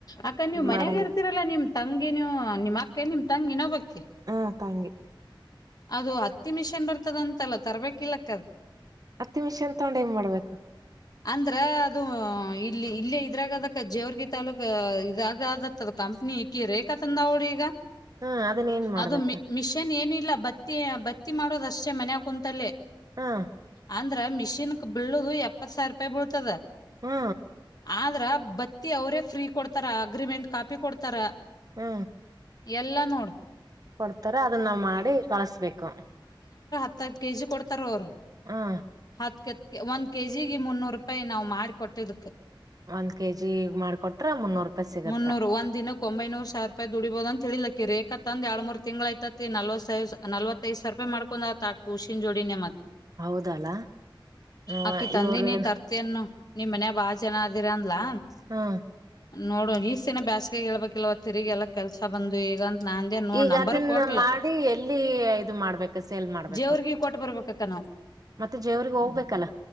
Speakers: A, on the left (about 50°); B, on the right (about 45°).
A: ಅಕ್ಕ ನೀವ್ ಮನ್ಯಾಗೆ
B: ಮಾಡಂಗಿಲ್ಲ
A: ಇರ್ತೀರಲ್ಲಾ ನಿಮ್ ತಂಗಿ ನೀವು ನಿಮ್ಮ್ ಅಕ್ಕ ನಿಮ್ ತಂಗ್ ಇನೊಬ್ಬಕಿ.
B: ಮತ್ ಹಂಗೆ.
A: ಅದು ಹತ್ತಿ ಮಿಷನ್ ಬರ್ತದಂತಲ್ಲ ತರ್ಬೇಕಿಲ್ಲಕ್ಕ ಅದು.
B: ಹತ್ತಿ ಮಿಷನ್ ತಗೊಂಡ್ ಏನ್ ಮಾಡ್ಬೇಕು
A: ಅಂದ್ರ ಅದು ಇಲ್ಲಿ ಇಲ್ಲಿ ಇದ್ರಾಗದಕ್ಕ ಜೇವರ್ಗಿ ತಾಲೂಕ್ ಇದಾಗದತ್ ಅದ್ ಕಂಪ್ ನೀ ಇಕಿ ರೇಖಾ ತಂದ ಅವ್ಡ್ ಈಗ.
B: ಹಾ ಅದನ್ನ ಏನ್ ಮಾಡ್ಬೇಕ.
A: ಅದು ಮಿ ಮಿಷನ್ ಏನಿಲ್ಲ ಬತ್ತಿ ಬತ್ತಿ ಮಾಡೋದ್ ಅಷ್ಟೇ ಮನ್ಯಾಗ್ ಕುಂತಲ್ಲಿ
B: ಹ್ಮ
A: ಅಂದ್ ದ್ರ ಮಿಷೀನ್ಕ್ ಬೀಳುದು ಎಪ್ಪತ್ ಸಾವ್ರ ರೂಪಾಯಿ ಬೀಳ್ತದ.
B: ಹಾ
A: ಆದ್ರ ಬತ್ತಿ ಅವ್ರೇ ಫ್ರೀ ಕೊಡ್ತಾರ ಅಗ್ರಿಮೆಂಟ್ ಕಾಪಿ ಕೊಡ್ತಾರ.
B: ಹಾ
A: ಎಲ್ಲ ನೋಡು.
B: ಕೊಡ್ತಾರ ಅದನ್ ನಾವ್ ಮಾಡಿ ಕಳಸ್ಬೇಕು.
A: ಹತ್ತತ್ ಕೆಜಿ ಕೊಡ್ತಾರ್ ಅವ್ರು.
B: ಹಾ
A: ಹತ್ ಒಂದ್ ಕೆ ಜಿಗೆ ಮುನ್ನೂರು ರೂಪಾಯಿ ನಾವ್ ಮಾಡಿ ಕೊಟ್ಟಿದ್ದಕ್.
B: ಒಂದ್ ಕೆಜಿ ಮಾಡ್ಕೊಟ್ರ ಮುನ್ನೂರು ರೂಪಾಯಿ ಸಿಗತ್ತ
A: ಮುನ್ನೂರು ಒಂದಿನಕ್ ಒಂಬೈನೂರು ಸಾವ್ರ್ ರೂಪ ದುಡಿಬೊದ್ ಅಂತ ಹೇಳಿಲ್ ಆಕಿ ರೇಖಾ ತಂದ್ ಎರ್ಡ್ ಮೂರ್ ತಿಂಗ್ಳಾಯ್ತದ್ ನಲ್ವತ್ ಸೈಸ್ ನಲ್ವೈ ಐದ್ ಸರ್ಪೈ ಮಾಡ್ಕೊಂಡ್ತ ಆತ್ ಕುಷಿನ್ ಜೋಡಿನೇ ಮತ್ತ್
B: ಹೌದಲ್ಲ ಹ್ಮ
A: ಆಕ್ಕಿ ತಂದಿನೀ
B: ಇವ್ರ ಏನ್
A: ತರ್ತಯನ್ನೊ ನಿಮ್ ಮನ್ಯ ಬಾಳ ಜನ ಆದಿರ್ ಅಂದ್ಲಾ.
B: ಹಾ
A: ನೋಡು ಈಸ್ಯಾನ ದಿನ ಬ್ಯಾಸ್ಗೆ ಹೇಳ್ಬೇಕಲ್ವ ತಿರಿಗ್ ಎಲ್ಲಾ ಕೆಲ್ಸ. ಬಂದು ಈಗಂತ್ ನಾ ಅಂದೇ ನೋ
B: ಈಗ
A: ನಂಬರ್
B: ಅದನ್ನ
A: ಕೊಟ್ಲ.
B: ಮಾಡಿ ಎಲ್ಲಿ ಇದು ಮಾಡ್ಬೇಕು ಸೇಲ್ ಮಾಡ್ಬೇಕು.
A: ಜೇವ್ರಿಗಿ ಕೊಟ್ ಬರ್ಬೇಕಕ್ಕ ನಾವ್
B: ಮತ್ತೆ ಜೇವ್ರಿಗ್ ಹೋಗ್ಬೇಕಲ್ಲ.